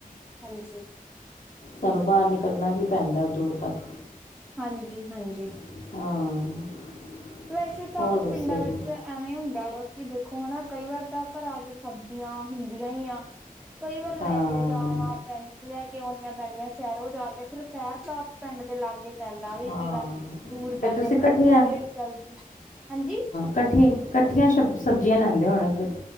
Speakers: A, in the centre; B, on the left (about 60°).
A: ਹਾਂਜੀ
B: ਸਾਨੂੰ ਬਾਰ ਨਿਕਲਨਾ ਹੀ ਪੈਂਦਾ, ਦੂਰ ਤੱਕ।
A: ਹਾਂਜੀ -ਹਾਂਜੀ।
B: ਹਾਂ।
A: ਵੈਸੇ ਤਾਂ,
B: ਹੋਰ
A: ਓ
B: ਦੱਸੋ
A: ਪਿੰਡਾਂ ਵਿੱਚ
B: ਜੀ
A: ਐ। ਐਵੇਂ ਹੁੰਦਾ ਵਾ, ਕਿ ਦੇਖੋ, ਹਨਾ ਕਈ ਵਾਰ ਤਾਂ ਘਰਾਂ 'ਚ ਸਬਜੀਆਂ ਹੁੰਦੀਆਂ ਈ ਆ। ਕਈ, ਵਾਰ
B: ਹਾਂ
A: ਲੈ ਕੇ ਜਾਣਾ। ਪ ਲੈ ਕੇ ਆਉਣੀਆਂ ਪੈਣੀਆਂ ਸ਼ੈਹਰੋਂ ਜਾ ਕੇ, ਫਿਰ ਸ਼ੈਹਰ ਸਬ ਪਿੰਡ ਦੇ ਲਾਗੇ। ਪੈਂਦਾ ਵੀ
B: ਹਾਂ
A: ਨੀ ਗਾ, ਦੂਰ ਪੈਂਦੇ
B: ਤੁਸੀਂ
A: ਐ, ਫਿਰ
B: ਇਕੱਠੀਆਂ
A: ਸਵੇਰੇ ਜਲਦੀ, ਹਾਂਜੀ।
B: ਕੱਠੇ, ਕੱਠੀਆਂ ਸ਼ਬ, ਸਬਜ਼ੀਆਂ ਲੈਂਦੇ ਹੋਣੇ ਫੇ